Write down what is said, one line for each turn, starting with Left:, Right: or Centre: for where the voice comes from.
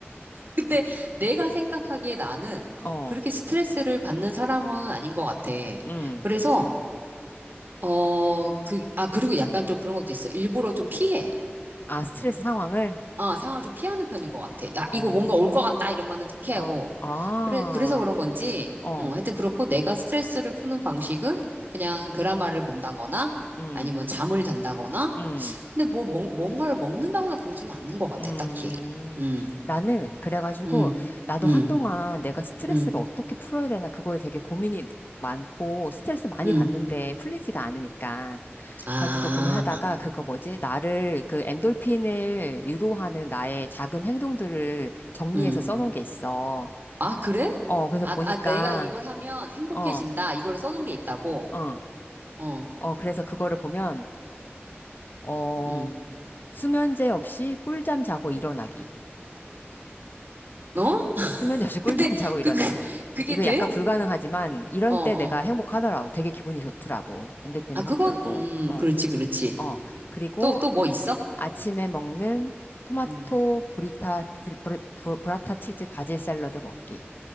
Right: 근데 내가 생각하기에 나는
Left: 어,
Right: 그렇게 스트레스를 받는 사람은 아닌 것 같아.
Left: 응.
Right: 그래서, 어, 그, 아, 그리고 약간 좀 그런 것도 있어. 일부러 좀 피해.
Left: 아, 스트레스 상황을?
Right: 어, 상황을 좀 피하는 편인 것 같아. 야,
Left: 어,
Right: 이거 뭔가 올 것 같다 이러면은 피하고.
Left: 어, 아,
Right: 그래, 그래서 그런 건지,
Left: 어,
Right: 어, 하여튼 그렇고 내가 스트레스를 푸는 방식은 그냥 드라마를 본다거나
Left: 응,
Right: 아니면 잠을 잔다거나.
Left: 응,
Right: 근데 뭐, 뭔- 뭔가를 먹는다거나 그러지는 않는 것 같아,
Left: 음.
Right: 딱히. 음,
Left: 나는, 그래가지고,
Right: 음,
Left: 나도
Right: 음,
Left: 한동안 내가 스트레스를
Right: 음,
Left: 어떻게 풀어야 되나, 그거에 되게 고민이 많고, 스트레스 많이
Right: 음.
Left: 받는데 풀리지가 않으니까.
Right: 아,
Left: 가지고 고민하다가, 그거 뭐지? 나를, 그 엔돌핀을 유도하는 나의 작은 행동들을 정리해서
Right: 음.
Left: 써놓은 게 있어.
Right: 아, 그래?
Left: 어, 그래서
Right: 아,
Left: 보니까,
Right: 아, 내가 이걸 하면 행복해진다.
Left: 어,
Right: 이거를 써놓은 게 있다고.
Left: 어,
Right: 어,
Left: 어, 그래서 그거를 보면, 어,
Right: 음.
Left: 수면제 없이 꿀잠 자고 일어나기.
Right: 어?
Left: 수면제 없이 <laughs> 꿀잠
Right: 근데
Left: 자고 일어나기.
Right: 그, 그, 그게
Left: 이거
Right: 돼?
Left: 약간 불가능하지만, 이런
Right: 어, 어.
Left: 때 내가 행복하더라고. 되게 기분이 좋더라고. 핸드폰이
Right: 아, 그건,
Left: 확 덜고,
Right: 음,
Left: 어,
Right: 그렇지, 그렇지.
Left: 어. 그리고
Right: 또, 또 뭐 있어?
Left: 아침에 먹는 토마토
Right: 음,
Left: 브리타, 브리, 브리- 브라타 치즈 바질 샐러드 먹기.